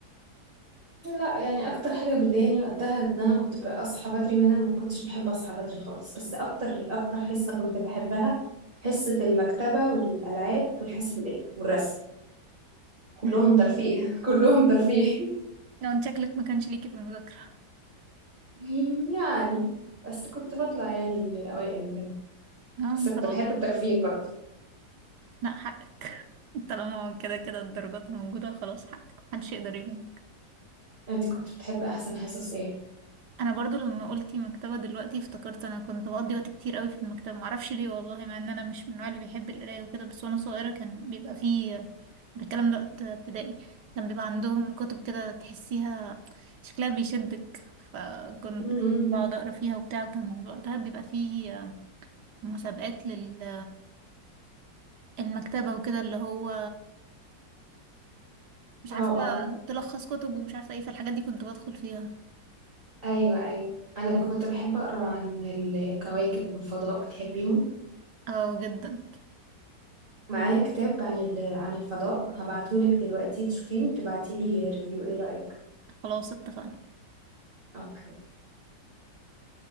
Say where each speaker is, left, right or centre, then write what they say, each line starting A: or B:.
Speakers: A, on the right (about 30°); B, on the right (about 70°).
A: لا يعني اكتر حاجه بتضايقني وقتها ان انا كنت بقى اصحى بدري وانا ما كنتش بحب اصحى بدري خالص بس اكتر اكتر حصه كنت بحبها حصه المكتبه والالعاب والحاسب الالي والرسم كلهم
B: امم
A: ترفيه <laughs> كلهم ترفيه
B: لو انت شكلك ما كانش ليكي في المذاكرة
A: <laughs> يعني بس كنت بطلع يعني من الاوائل وكده
B: اه
A: بس
B: ما
A: كنت
B: شاء
A: بحب
B: الله
A: الترفيه برضه
B: لا حقك <laughs> طالما كده كده الدرجات موجودة خلاص حقك محدش يقدر يلومك
A: انت كنت بتحب احسن حصص ايه
B: انا برضو لما قلتي مكتبة دلوقتي افتكرت انا كنت بقضي وقت كتير قوي في المكتبة معرفش ليه والله مع ان انا مش من النوع اللي بيحب القراية وكده بس وانا صغيرة كان بيبقى فيه بالكلام ده وقت ابتدائي كان بيبقى عندهم كتب كده تحسيها شكلها بيشدك فكنت
A: م-م-م.
B: بقعد اقرا فيها وبتاع وكان وقتها بيبقى فيه مسابقات لل المكتبة وكده اللي هو مش
A: اه
B: عارفة
A: اه
B: تلخص كتب ومش عارفة ايه فالحاجات دي كنت بدخل فيها
A: ايوه ايوه انا كنت بحب اقرا عن الكواكب والفضاء بتحبيهم
B: اه جدا
A: معايا كتاب عن ال... عن الفضاء هبعتهولك دلوقتي تشوفيه وتبعتيلي ريفيو ايه رأيك
B: خلاص اتفقنا
A: اوكي